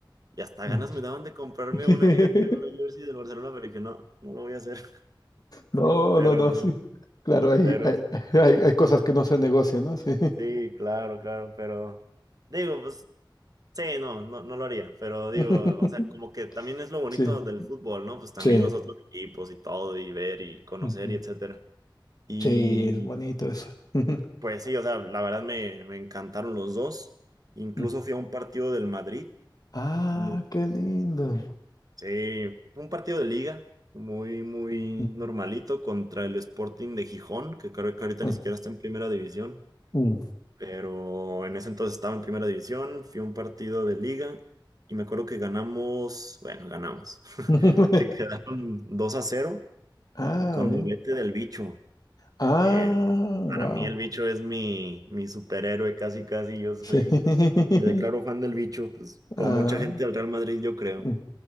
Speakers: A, on the right; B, on the left.
A: Y hasta
B: mm.
A: ganas me daban de comprarme
B: <laughs>
A: una, fíjate, una jersey del Barcelona, pero dije, no, no lo voy a hacer. <laughs>
B: No,
A: Pero,
B: no, no. sí. Claro, hay,
A: pero,
B: hay, hay, hay cosas que no se negocian, ¿no? Sí.
A: sí, claro, claro, pero digo, pues Sí, no, no, no lo haría, pero digo,
B: <laughs>
A: o sea, como que también es lo bonito
B: Sí,
A: del fútbol, ¿no? Pues también
B: sí.
A: los otros equipos y todo, y ver y conocer
B: Ujú.
A: y etcétera. Y
B: Sí, es bonito eso. Ujú,
A: pues sí, o sea, la verdad me, me encantaron los dos. Incluso
B: mm.
A: fui a un partido del Madrid.
B: Ah,
A: Me-
B: qué lindo.
A: Sí, fue un partido de liga, muy, muy
B: Mm,
A: normalito contra el Sporting de Gijón, que creo que ahorita
B: ah,
A: ni siquiera está en primera división.
B: mm.
A: pero en ese entonces estaba en primera división, fui a un partido de liga y me acuerdo que ganamos, bueno, ganamos, <laughs>
B: <laughs>
A: que quedaron 2 a cero
B: Ah,
A: y con
B: bien.
A: doblete del bicho,
B: Ah,
A: que
B: wow.
A: para mí el bicho es mi, mi superhéroe casi casi, yo soy,
B: Sí. <laughs>
A: me declaro fan del bicho, pues como
B: Ah,
A: mucha gente del Real Madrid yo creo.
B: mm,